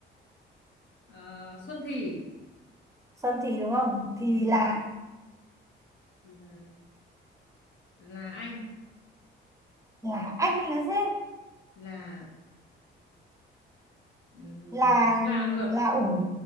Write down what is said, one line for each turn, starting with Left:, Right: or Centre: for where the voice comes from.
Left: Ờ, Xuân thì
Right: Xuân thì đúng không? Thì
Left: ừ,
Right: là
Left: thì là là anh
Right: là anh là gì?
Left: là ừm,
Right: Là
Left: là lượt.
Right: là ủi